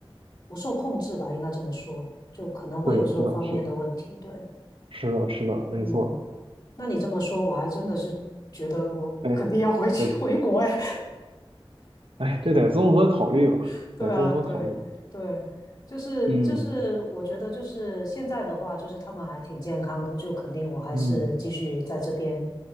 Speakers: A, on the left; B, on the right.
A: 不受控制吧，应该这么说，就可能会有这种方面的问题，
B: 对，是的，是的，
A: 对，
B: 是的，是的，没错。
A: 嗯。那你这么说，我还真的是觉得我肯定要回去
B: 哎，哎，
A: <laughs> 回国哎。
B: 哎，这得综合考虑吧，
A: <laughs> 对啊，
B: 得综合考虑。
A: 对对，就是就是，
B: 嗯
A: 我觉得就是现在的话，就是他们还挺健康的，就肯定我还是继续在这边，
B: 嗯，